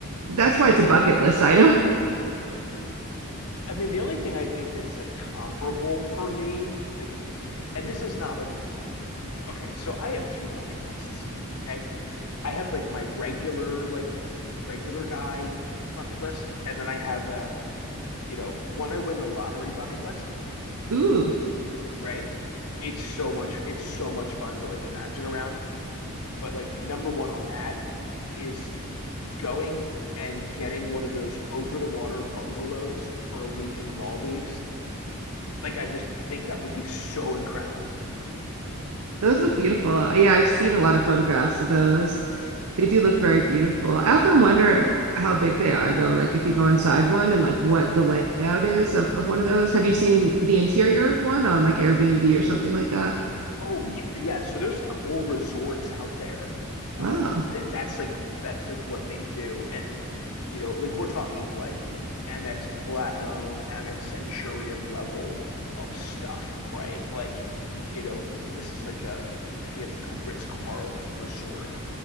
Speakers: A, on the right; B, on the left.
A: that's why it's a bucket list item.
B: I mean, the only thing I think that's like comparable for me, like, and this is not like, okay, so I have two bucket lists. Okay. I have like my regular, like, regular guy bucket list. And then I have a, you know, when I win the lottery bucket list,
A: <laughs> Ooh,
B: right? It's so much, it's so much fun to like imagine around. But like, number one on that is going and getting one of those over the water bungalows for a week in the Maldives. Like, I just think that would be so incredible.
A: those look beautiful. Yeah, I've seen
B: Oh
A: a lot of photographs of those. They do look very beautiful. I often wonder how big they are, though, like if you go inside one and like what the layout is of, of one of those. Have you seen the interior of one on like Airbnb or something like that?
B: Oh yeah, yeah. So there's like whole resorts out there. Um,
A: Wow.
B: that that's like that's like what they do, and you know, like we're talking like Amex Platinum, Amex Centurion level of stuff, right? Like, you know, this is like a I think it's like a Ritz-Carlton resort